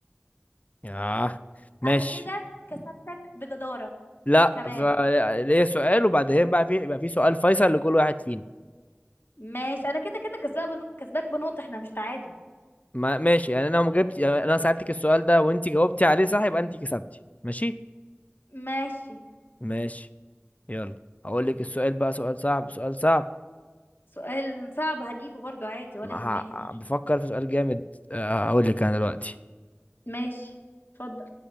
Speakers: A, on the left (about 35°); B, on the left (about 60°).
A: ياه ماشي
B: انا كده كسبتك بجدارة
A: لا
B: كمان
A: ف- ليا سؤال وبعدين بقى في يبقى في سؤال فيصل لكل واحد فينا
B: ماشي انا كده كده كسبان كسباك بنقطة احنا مش تعادل
A: ما ماشي يعني انا لو ما جبت يعني انا سألتك السؤال ده وانت جاوبتي عليه صح يبقى انت كسبتي ماشي
B: ماشي
A: ماشي يلا هقول لك السؤال بقى سؤال صعب سؤال صعب
B: سؤال صعب هجيبه برضو عادي ولا
A: ما
B: يهمني
A: ه- بفكر في سؤال جامد آه، هقول لك انا دلوقتي
B: ماشي اتفضل